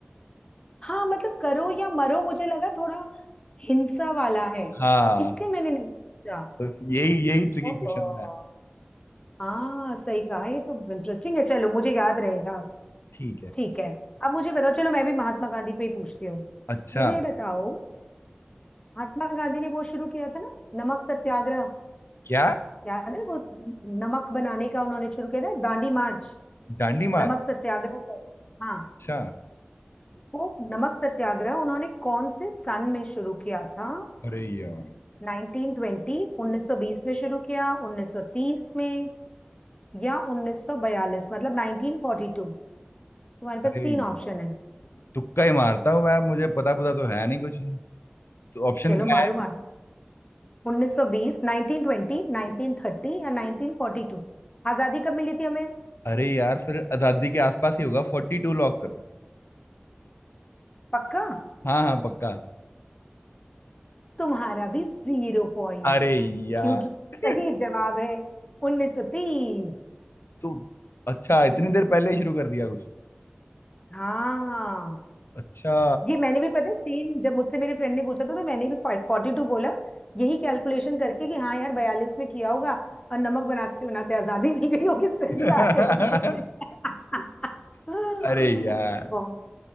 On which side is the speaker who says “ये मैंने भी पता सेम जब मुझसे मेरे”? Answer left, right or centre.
Left